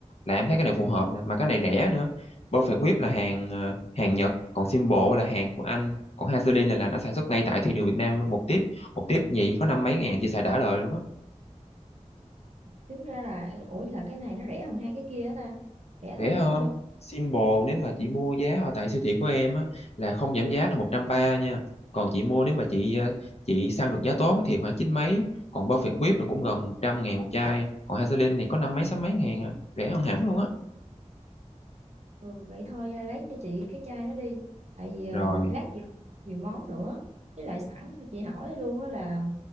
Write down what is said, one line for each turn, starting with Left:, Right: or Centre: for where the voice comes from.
Left: là em thấy cái này phù hợp nè mà cái này rẻ nữa Perfect Whip là hàng ờ, hàng Nhật còn Symbol là hàng của Anh còn Vaseline là là nó sản xuất ngay tại thị trường Việt Nam luôn một tiếp một tiếp nhị có năm mấy ngàn chị xài đã đời luôn á
Right: Tính ra là ủi là cái này nó rẻ hơn hai cái kia á ta. Rẻ
Left: rẻ
Right: hơn
Left: hơn
Right: đúng không?
Left: Symbol nếu mà chị mua giá ở tại siêu thị của em á là không giảm giá là một trăm ba nha còn chị mua nếu mà chị ờ, chị săn được giá tốt á thì khoảng chín mấy còn Perfect Whip là cũng gần một trăm ngàn một chai còn Vaseline thì có năm mấy sáu mấy ngàn à. rẻ hơn hẳn luôn á
Right: Ừ, vậy thôi à, lấy cho chị cái chai đó đi tại vì à,
Left: Rồi,
Right: lát chị nhiều món nữa với lại sẵn cho chị hỏi luôn đó là